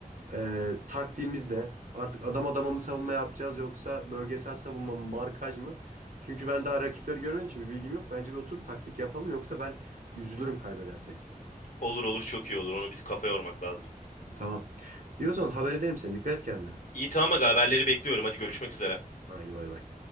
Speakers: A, on the right; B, on the left.
A: e, taktiğimiz ne? Artık adam adama mı savunma yapacağız yoksa bölgesel savunma mı markaj mı? Çünkü ben daha rakipleri görmediğim için bir bilgim yok. Bence bir oturup taktik yapalım yoksa ben üzülürüm kaybedersek.
B: Olur olur çok iyi olur. Onu bir kafa yormak lazım.
A: Tamam. İyi o zaman haber ederim seni. Dikkat et kendine.
B: İyi tamam aga haberleri bekliyorum. Hadi görüşmek üzere.
A: Haydi bay bay.